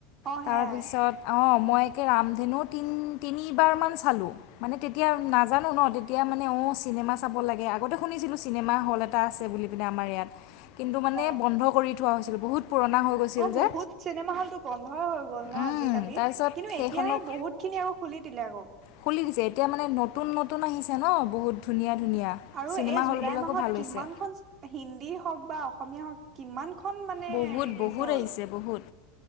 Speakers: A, on the right (about 40°); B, on the left (about 60°).
A: অ
B: তাৰ
A: সেয়াই
B: পিছত অ সময়কে ৰামধেনু তিন তিনিবাৰমান চালোঁ। মানে তেতিয়া নাজানো ন তেতিয়া মানে অ চিনেমা চাব লাগে আগতে শুনিছিলো চিনেমা হল এটা আছে বুলি পিনে আমাৰ ইয়াত। কিন্তু মানে
A: অ
B: বন্ধ কৰি থোৱা হৈছিল বহুত পুৰণা হৈ গৈছিল
A: অ
B: যে
A: বহুত চিনেমা হল টো বন্ধই হৈ গ'ল। ন
B: উম,
A: আজিকালি
B: তাৰপিছত
A: কিন্তু
B: সেইখনক
A: এতিয়া বহুত খিনি আকৌ খুলি দিলে আকৌ।
B: খুলি দিছে এতিয়া মানে নতুন নতুন আহিছে ন বহুত ধুনীয়া ধুনীয়া
A: আৰু
B: চিনেমা
A: এই
B: হলবিলাকো
A: জুলাই মাহত
B: ভাল
A: কিমান
B: হৈছে
A: খন হিন্দী হওক বা অসমীয়া হওক কিমান খন মানে
B: বহুত
A: ৰিলিজ
B: বহুত
A: হল
B: আহিছে বহুত।